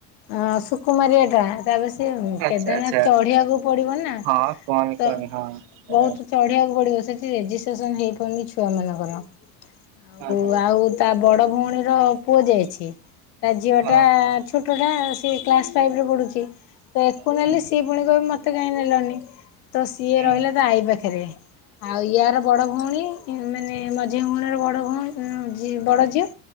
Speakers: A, on the left; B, on the right.
A: ଅଁ ସୁକୁମାରିଆ ଟା ତାପରେ ସେ ଉଁ
B: ଆଚ୍ଛା
A: କେଦାରନାଥ
B: ଆଚ୍ଛା
A: ଚଢିବାକୁ ପଡିବ ନା
B: ହଁ
A: ତ
B: କହନି କହନି ହଁ ହଁ
A: ବୋହୁତ ଚଢିଆକୁ ପଡିବ ସ୍ ସେଠି ରେଜିଷ୍ଟେସନ୍ ହେଇପାରୁନି ଛୁଆମାନଙ୍କର। ଆଉ
B: ହଁ
A: ଆଉ ତା ବଡ ଭୋଉଣୀର ପୁଅ ଯାଇଛି। ତା ଝିଅଟା
B: ହଁ
A: ଛୋଟଟା ସିଏ କ୍ଲାସ ଫାଇଭରେ ପଢୁଛି। ତ ଆକୁ
B: ହୁଁ
A: ନେଲେ ସିଏ ପୁଣି କହିବ ମତେ କାହିଁ ନେଲନି ତ ସିଏ
B: ହୁଁ
A: ରହିଲା ତା ଆଈ ପାଖେରେ। ଆଉ ୟାର ବଡ ଭୋଉଣୀ ଇମେ ନେ ମଝିଆଁ ଭୋଉଣୀ ବଡ ଭଉ ଉଁ-ଝି-ବଡଝିଅ